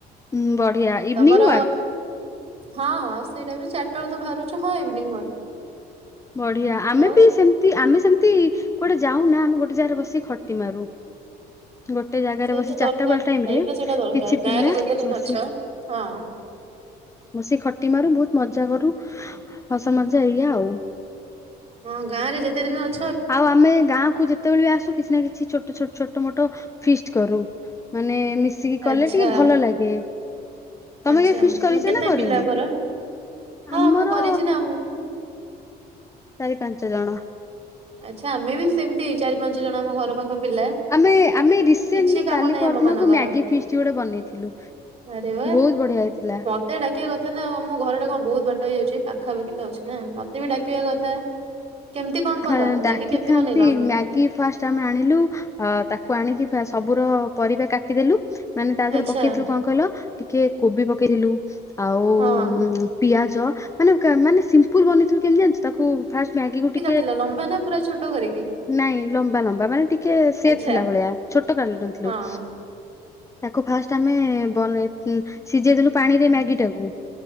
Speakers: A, on the left; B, on the right.
A: ଉଁ ବଢିଆ। ଇଭିନିଂ
B: ତମର
A: ୱାର୍କ?
B: ହଁ ସେଇ ଟାଇପ୍ ର ଚାରିଟାରୁ ତ ଭାରୁଚୁ ହଁ ଇଭିନିଂ ୱାର୍କ।
A: ବଢିଆ, ଆମେ
B: ଆଉ
A: ବି ସେମତି ଆମେ ସେମତି କୁଆଡେ ଯାଉନା ଆମେ ଗୋଟେ ଜାଗାରେ ବସିକି ଖଟି ମାରୁ। ଗୋଟେ ଜାଗାରେ
B: ସେଇଟା
A: ବସି ଚାରିଟା
B: ଦରକାର
A: ବେଳ ଟାଇମ୍
B: ଲାଇଫରେ
A: ରେ
B: ସେଇଟା ଦରକାର
A: କିଛି ପିଲା
B: ଗାଁରେ ଯେତେ ଦିନ
A: ବସି
B: ଅଛ ହଁ
A: ବସି ଖଟି ମାରୁ, ବହୁତ୍ ମଜା କରୁ, ହସ ମଜା ଏଇଆ ଆଉ।
B: ହଁ ଗାଁ ରେ ଯେତେ ଦିନ ଅ
A: ଆଉ ଆମେ ଗାଁକୁ ଯେ ଯେତେବେଳେ ବି ଆସୁ କିଛି ନା କିଛି ଛୋଟ ଛୋଟ ଛୋଟ ମୋଟ ଫିଷ୍ଟ କରୁ ମାନେ ମିଶିକି କଲେ
B: ଆଚ୍ଛା
A: ଟିକେ ଭଲ ଲାଗେ। ତମେ
B: ଆଚ୍ଛା
A: କେବେ ଫିଷ୍ଟ
B: ତମେ
A: କରିଚ
B: କେତେ
A: ନା କରିନା?
B: ପିଲା କର? ହଁ
A: ଆମର
B: ମୁଁ କରିଛି ନା ମୁଁ
A: ଚାରି ପାଞ୍ଚ ଜଣ।
B: ଆଚ୍ଛା, ଆମେ ବି ସେମିତି ଚାରି ପାଞ୍ଚ ଜଣ ଆମ ଘର ପାଖ ପିଲା
A: ଆମେ ଆମେ ରିସେଣ୍ଟଲି
B: କିଛି କାମ
A: କାଲି
B: ନାହିଁ
A: ପରଦିନକୁ
B: ଆମ ମାନଙ୍କର।
A: ମ୍ୟାଗି ଫିଷ୍ଟ୍ ଗୋଟେ ବନେଇଥିଲୁ।
B: ଆରେ ବା
A: ବହୁତ୍ ବଢିଆ ହେଇଥିଲା।
B: ମତେ ଡାକିଆ କଥା ନା ଆଉ। ମୋ ଘର ଟା କଣ ବହୁତ୍ ବାଟ ହେଇଯାଉଚି ଏଇ ପାଖାପାଖି ତ ଅଛି ନା ମତେ ବି ଡାକିଆ କଥା। କେମତି କଣ? କଲ
A: ଖା
B: ମ୍ୟାଗି
A: ଡାକିଥାନ୍ତି
B: କେମିତି ବନେଇଲ
A: ମ୍ୟାଗ କି ଫାଷ୍ଟ୍ ଆମେ ଆଣିଲୁ। ଅ ତାକୁ ଆଣିକି ସବୁର ପରିବା କାଟିଦେଲୁ। ମାନେ ତା ଦେହେରେ
B: ଆଚ୍ଛା
A: ପକେଇଥିଲୁ କଣ କହିଲ? ଟିକେ କୋବି ପକେଇଥିଲୁ ଆଉ
B: ହଁ।
A: ଉଁ ପିଆଜ ମାନେ ମାନେ ସିମ୍ପୁଲ ବନେଇଥିଲୁ କେମିତି ଜାଣିଚ? ତାକୁ ଫାଷ୍ଟ୍ ମ୍ୟାଗି କୁ ଟି
B: ଥିଲା ଲମ୍ବା ନା ପୁରା ଛୋଟ। କରିକି।
A: ନାଇଁ, ଲମ୍ବା ଲମ୍ବା ମାନେ ଟିକେ ସେପ୍
B: ଆଚ୍ଛା
A: ଥିଲା ଭଳିଆ ଛୋଟ କାଟି ନ ଥିଲୁ।
B: ହଁ
A: ତାକୁ ଫାଷ୍ଟ୍ ଆମେ ବନ୍ ସିଝେଇ ଦେଲୁ ପାଣିରେ ମ୍ୟାଗି ଟାକୁ।